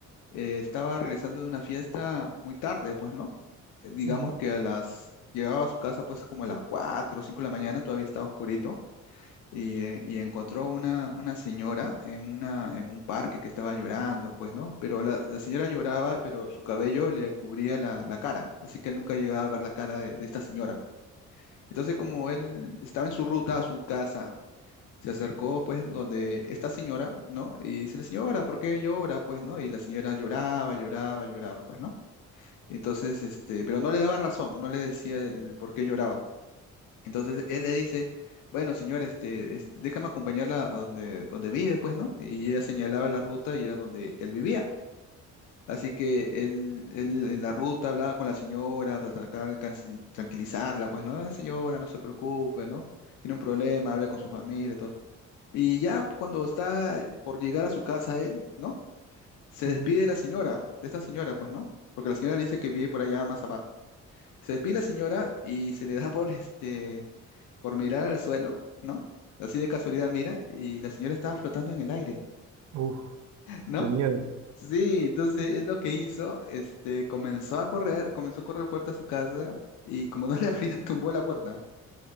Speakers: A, on the left; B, on the right.
A: eh, estaba regresando de una fiesta muy tarde, pues, ¿no? Eh, digamos
B: Ujú.
A: que a las, llegaba a su casa pues como a las 4 o 5 de la mañana, todavía estaba oscurito, y, eh, y encontró una, una señora en, una, en un parque que estaba llorando, pues, ¿no? Pero la, la señora lloraba, pero su cabello le cubría la, la cara, así que él nunca llegaba a ver la cara de, de esta señora. Entonces, como él estaba en su ruta a su casa se acercó, pues, donde esta señora, ¿no? Y dice, señora, ¿por qué llora? Pues, ¿no? Y la señora lloraba, lloraba, lloraba, pues, ¿no? Entonces, este, pero no le daba razón, no le decía el por qué lloraba. Entonces, él le dice, bueno, señora, este, este, déjame acompañarla a donde, donde vive, pues, ¿no? Y ella señalaba la ruta y era donde él vivía. Así que él, él en la ruta hablaba con la señora para tratar de cansi- tranquilizarla, pues, ¿no? "Ah, señora, no se preocupe, ¿no? Tiene un problema, habla con su familia, todo. Y ya cuando está por llegar a su casa él, ¿no? Se
B: ujú.
A: despide de la señora, de esta señora, pues, ¿no? Porque la señora le dice que vive por allá más abajo. Se despide la señora y se le da por este, por mirar al suelo, ¿no? Así de casualidad mira y la señora estaba flotando en el aire,
B: Uf,
A: ¿no?
B: qué miedo.
A: Sí, entonces es lo que hizo, este, comenzó a correr, comenzó a correr fuerte a su casa y como <laughs> no le abrían, <laughs> tumbó la puerta.